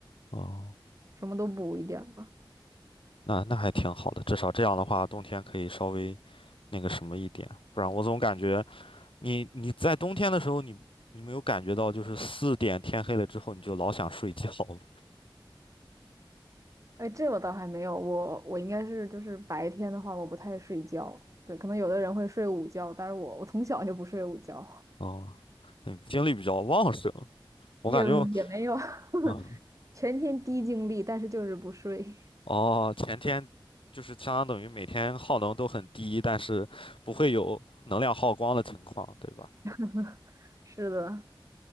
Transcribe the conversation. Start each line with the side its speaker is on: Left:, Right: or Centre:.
Left: 哦，
Right: 什么都补一点儿吧。
Left: 那那还挺好的，至少这样的话，冬天可以稍微那个什么一点，不然我总感觉你你在冬天的时候你，你没有感觉到就是四点天黑了之后你就老想睡觉吗
Right: 哎，这我倒还没有，我我应该是就是白天的话，我不太睡觉。对，可能有的人会睡午觉，但是我我从小就不睡午觉，
Left: 哦，嗯，精力比较旺盛，我感觉，
Right: 也也没有 <laughs>
Left: 嗯，
Right: 全天低精力，但是就是不睡。
Left: 哦，前天就是相当等于每天耗能都很低，但是不会有能量耗光的情况，对吧？
Right: <laughs> 是的，